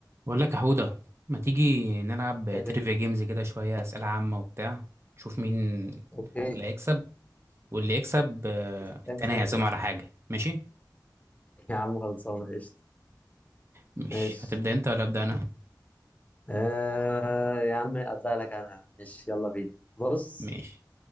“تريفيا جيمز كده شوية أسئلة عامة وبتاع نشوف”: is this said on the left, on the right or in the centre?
Right